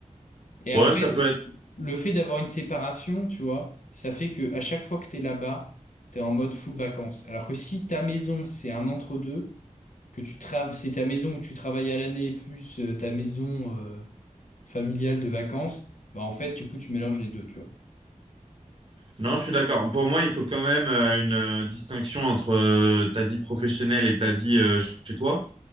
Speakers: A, on the left; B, on the right.
A: Et après,
B: ouais, ça peut être.
A: le fait d'avoir une séparation, tu vois, ça fait que à chaque fois que t'es là-bas, t'es en mode full vacances. Alors que si ta maison, c'est un entre-deux, que tu travailles, c'est ta maison où tu travailles à l'année plus euh, ta maison euh, familiale de vacances, bah en fait, du coup, tu mélanges les deux, tu vois.
B: Non, je suis d'accord. Pour moi, il faut quand même euh, une euh, distinction entre euh, ta vie professionnelle et ta vie euh, chez toi.